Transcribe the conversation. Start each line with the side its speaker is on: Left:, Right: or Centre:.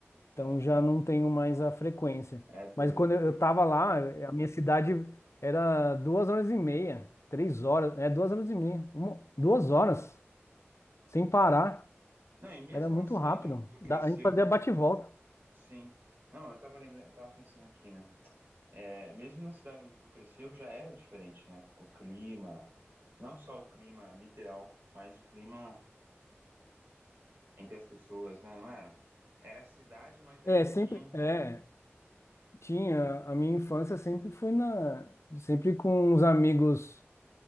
Right: É,
Left: então já
Right: é,
Left: não tenho mais a frequência.
Right: é duro,
Left: Mas quando
Right: é duro.
Left: eu estava lá, a minha cidade era duas horas e meia, três horas, é duas horas e meia, uma- duas horas, sem parar.
Right: Não, e mesmo
Left: Era muito
Right: na cidade
Left: rápido.
Right: onde tu cresceu,
Left: Da- A gente fazia bate e volta.
Right: sim. Não, eu tava lembrando, eu tava pensando aqui, né? É, mesmo na cidade onde tu cresceu, já era diferente, né? O clima, não só o clima literal, mas o clima entre as pessoas, né? Não era? Era a cidade, mas ainda
Left: É, sempre.
Right: tinham.
Left: É. Tinha, a minha infância sempre foi na, sempre com os amigos,